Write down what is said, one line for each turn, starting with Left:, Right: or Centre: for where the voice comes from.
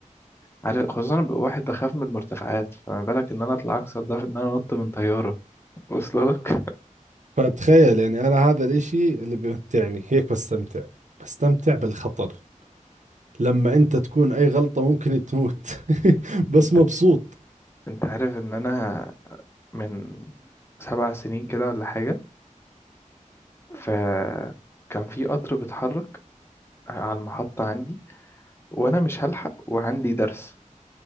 Left: عارف خصوصا انا ببقى واحد بخاف من المرتفعات فما بالك ان انا اطلع اكسر ده في ان انا انط من طيارة واصل لك <laughs>
Right: فتخيل يعني انا هذا الاشي اللي بمتعني هيك بستمتع بستمتع بالخطر لما انت تكون اي غلطة ممكن تموت <laughs> بس
Left: انت
Right: مبسوط
Left: انت عارف ان انا من سبع سنين كده ولا حاجة فكان في قطر بيتحرك على المحطة عندي وأنا مش هلحق وعندي درس